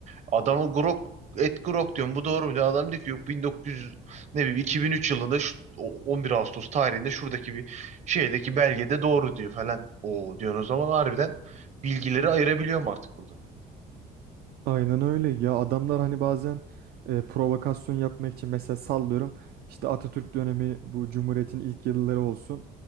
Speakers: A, on the right; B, on the right.
A: Adamı Grok et Grok diyorum. Bu doğru mu? diyor. Adam diyor ki yok 1900 ne bileyim 2003 yılında şu o- 11 Ağustos tarihinde şuradaki bir şeydeki belgede doğru diyor falan. O diyorsun o zaman harbiden bilgileri ayırabiliyorum artık burada.
B: Aynen öyle ya adamlar hani bazen e, provokasyon yapmak için mesela sallıyorum işte Atatürk dönemi bu Cumhuriyet'in ilk yılları olsun.